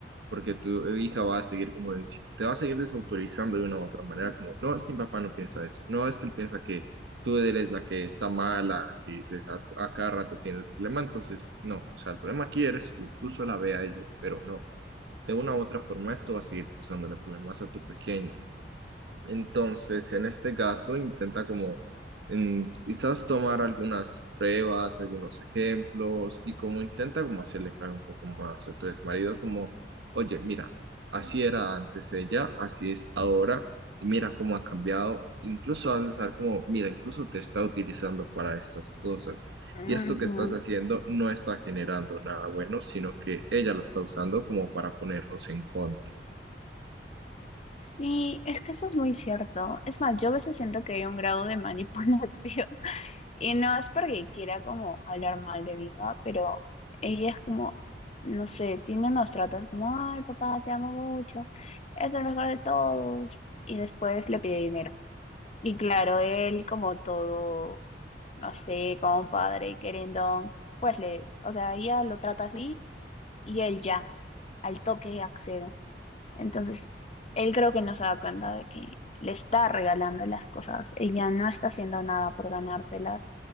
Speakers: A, on the right; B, on the left.
A: porque tu eh, hija va a seguir como dici- te va a seguir desautorizando de una u otra manera, como, no, es que mi papá no piensa eso, no, es que él piensa que tú eres la que está mala, que pues, a, a cada rato tiene el problema, entonces, no, o sea, el problema aquí eres tú, tú sola ve a ello, pero no, de una u otra forma esto va a seguir usándole problemas a tu pequeño. Entonces, en este caso, intenta como mm, quizás tomar algunas pruebas, algunos ejemplos y como intenta como hacerle claro un poco más a tu exmarido, como, oye, mira, así era antes ella, así es ahora y mira cómo ha cambiado. Incluso has de saber como, mira, incluso te está utilizando para estas cosas.
B: Ujú.
A: Y esto que estás haciendo no está generando nada bueno, sino que ella lo está usando como para ponerlos en contra.
B: Sí, es que eso es muy cierto. Es más, yo a veces siento que hay un grado de <laughs> manipulación Y no es porque quiera como hablar mal de Vika, pero ella es como, no sé, tiene unos tratos como, ay, papá, te amo mucho, es el mejor de todos. Y después le pide dinero. Y claro, él como todo, no sé, como un padre y querendón, pues le, o sea, ella lo trata así y él ya, al toque accede. Entonces, él creo que no se da cuenta de que le está regalando las cosas. Ella no está haciendo nada por ganárselas